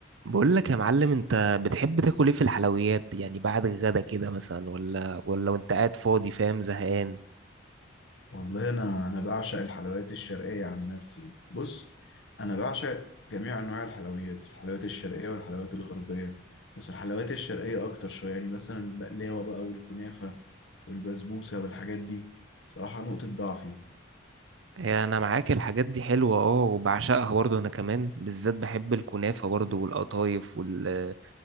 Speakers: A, on the right; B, on the left.
A: بقول لك يا معلم انت بتحب تاكل ايه في الحلويات يعني بعد الغدا كده مثلا ولا ولا وانت قاعد فاضي فاهم زهقان
B: والله انا انا بعشق الحلويات الشرقيه عن نفسي بص انا بعشق جميع انواع الحلويات الحلويات الشرقيه والحلويات الغربيه بس الحلويات الشرقيه اكتر شويه يعني مثلا البقلاوه بقى والكنافه والبسبوسه والحاجات دي بصراحه نقطه ضعفي
A: هي انا معاك الحاجات دي حلوة اه وبعشقها برضه انا كمان بالذات بحب الكنافة برضه والقطايف وال...